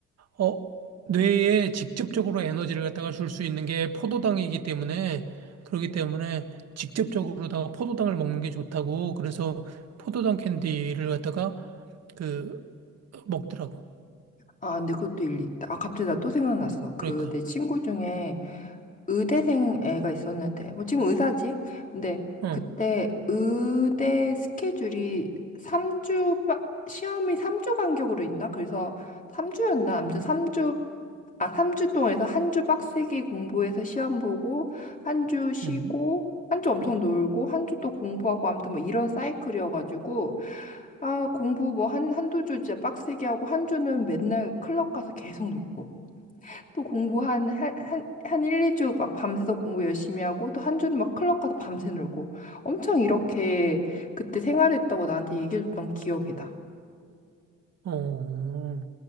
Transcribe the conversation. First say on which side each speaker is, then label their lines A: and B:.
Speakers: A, on the right; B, on the left.
A: 어, 뇌에 직접적으로 에너지를 갖다가 줄 수 있는 게 포도당이기 때문에 그렇기 때문에 직접적으로다가 포도당을 먹는 게 좋다고 그래서 포도당 캔디를 갖다가 그 먹더라고.
B: 아 근데 그것도 일리 있다. 아 갑자기 나 또 생각났어. 그
A: 그러니까.
B: 내 친구 중에 의대생 애가 있었는데, 뭐 지금 의사지? 근데
A: 어.
B: 그때 의대 스케줄이 3주, 시험이 3주 간격으로 있나? 그래서 3주였나? 아무튼 3주, 아, 3주 동안에서 한 주 빡세게 공부해서 시험 보고, 한 주 쉬고,
A: 음.
B: 한 주 엄청 놀고, 한 주 또 공부하고, 아무튼 뭐 이런 사이클이어가지고, 아, 공부 뭐 한, 한두 주 진짜 빡세게 하고, 한 주는 맨날 클럽 가서 계속 놀고. 또 공부 한, 한, 한, 한 1, 2주 막 밤새서 공부 열심히 하고 또 한 주는 막 클럽 가서 밤새 놀고 엄청 이렇게 그때 생활했다고 나한테 얘기해줬던 기억이다.
A: 어.